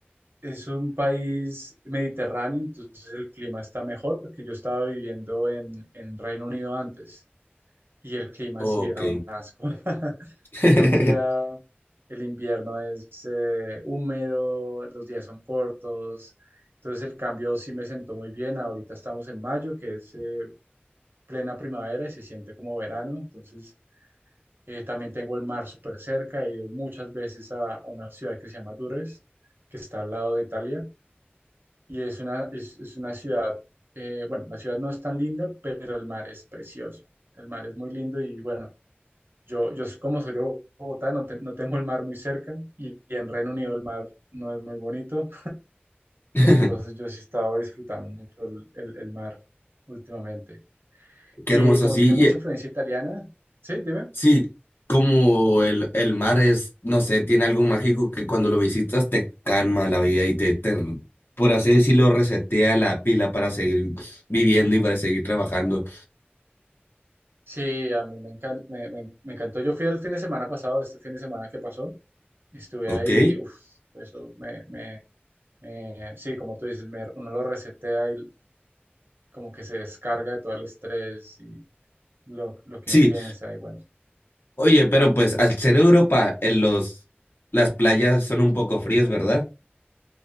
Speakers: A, on the right (about 65°); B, on the left (about 65°).
A: es un país mediterráneo, entonces el clima está mejor porque yo estaba viviendo en, en Reino Unido antes y el clima
B: Ok.
A: sí era un asco. <laughs>
B: <laughs>
A: lluvia, el invierno es eh, húmedo, los días son cortos, entonces el cambio sí me sentó muy bien. Ahorita estamos en mayo, que es eh, plena primavera y se siente como verano, entonces eh, también tengo el mar súper cerca, he ido muchas veces a, a una ciudad que se llama Durres, que está al lado de Italia, y es una, es, es una ciudad, eh, bueno, la ciudad no es tan linda, pero el mar es precioso. El mar es muy lindo y bueno, yo, yo como soy de Bogotá, no, te- no tengo el mar muy cerca y, y en Reino Unido el mar no es muy bonito,
B: <laughs>
A: entonces yo sí he estado disfrutando mucho el, el- el mar últimamente.
B: Qué
A: Y
B: hermoso,
A: como
B: sí.
A: tiene mucha
B: y, eh,
A: influencia italiana, sí, dime.
B: sí, como el, el mar es, no sé, tiene algo mágico que cuando lo visitas te calma la vida y te, te, por así decirlo, resetea la pila para seguir viviendo y para seguir trabajando.
A: Sí, a mí me, encan- me, me- me encantó. Yo fui el fin de semana pasado, este fin de semana que pasó, y estuve
B: Ok.
A: ahí, uf, eso me, me, me- sí, como tú dices, me- uno lo resetea y como que se descarga de todo el estrés y lo, lo que
B: Sí.
A: uno piensa y bueno.
B: Oye, pero pues al ser Europa, en los, las playas son un poco frías, ¿verdad?